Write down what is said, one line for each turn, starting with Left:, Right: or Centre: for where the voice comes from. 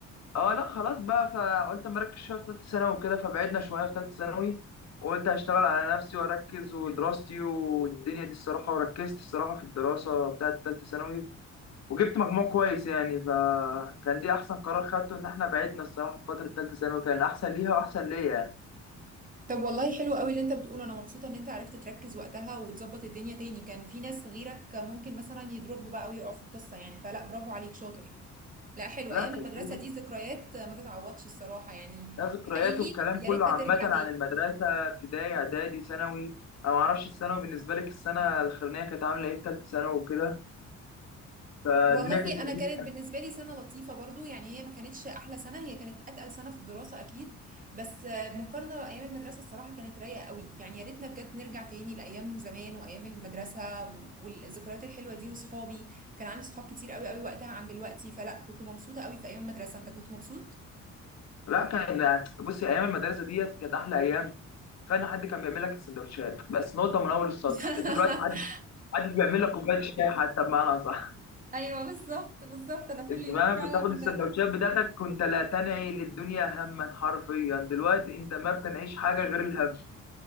Left: اه لا خلاص بقى فقلت مركز شويه في ثالثه ثانوي وكده فبعدنا شويه في ثالثه ثانوي وقلت هشتغل على نفسي واركز ودراستي والدنيا دي الصراحه وركزت الصراحه في الدراسه بتاعه ثالثه ثانوي وجبت مجموع كويس يعني فكان دي احسن قرار خدته ان احنا بعدنا الصراحه في فتره ثالثه ثانوي كان احسن ليها واحسن ليا يعني
Right: طب والله حلو قوي اللي انت بتقوله انا مبسوطه ان انت عرفت تركز وقتها وتظبط الدنيا تاني كان في ناس غيرك ممكن مثلا يضربوا بقى ويقعوا في القصه يعني فلا برافو عليك شاطر لا حلو
Left: لا
Right: ايام
Left: كان
Right: المدرسه دي ذكريات ما تتعوضش الصراحه يعني
Left: لها ذكريات
Right: حقيقي
Left: والكلام كله
Right: يا ريتها
Left: عامه
Right: ترجع
Left: عن
Right: تاني
Left: المدرسه ابتدائي اعدادي ثانوي انا ما اعرفش الثانوي بالنسبه لك السنه الاخرانيه كانت عامله ايه في ثالثه ثانوي وكده فالدنيا
Right: والله
Left: كانت لذيذه
Right: انا كانت بالنسبه لي سنه لطيفه برضو يعني هي ما كانتش احلى سنه هي كانت اتقل سنه في الدراسه اكيد بس آه، مقارنه بايام المدرسه الصراحه كانت رايقه قوي يعني يا ريتنا بجد نرجع تاني لايام زمان وايام المدرسه والذكريات الحلوه دي وصحابي كان عندي صحاب كتير قوي قوي وقتها عن دلوقتي فلا كنت مبسوطه قوي في ايام المدرسه انت كنت مبسوط
Left: لا كان بصي ايام المدرسه ديت كانت احلى ايام كفايه ان حد كان بيعمل لك السندوتشات بس نقطه من اول السطر
Right: <laughs>
Left: انت دلوقتي محدش محدش بيعمل لك كوبايه شاي حتى بمعنى صح
Right: ايوه بالظبط بالظبط
Left: <laughs>
Right: انا كل
Left: انت
Right: يوم
Left: فاهم
Right: فعلا
Left: كنت تاخد السندوتشات بتاعتك كنت لا تنعي للدنيا هما حرفيا دلوقتي انت ما بتنعيش حاجه غير الهم